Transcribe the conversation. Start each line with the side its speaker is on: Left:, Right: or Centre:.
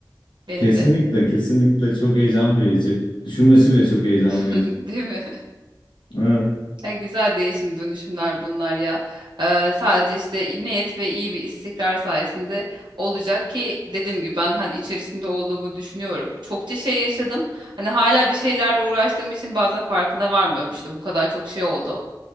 Right: benim
Left: Kesinlikle,
Right: de.
Left: kesinlikle çok heyecan verici. Düşünmesi bile çok heyecan
Right: <laughs>
Left: verici.
Right: Değil mi?
Left: Evet.
Right: Ya güzel değişim dönüşümler bunlar ya. Ee, sadece işte niyet ve iyi bir istikrar sayesinde olacak ki dediğim gibi ben hani içerisinde olduğumu düşünüyorum. Çokça şey yaşadım. Hani hala bir şeylerle uğraştığım için bazen farkına varmıyorum. İşte bu kadar çok şey oldu.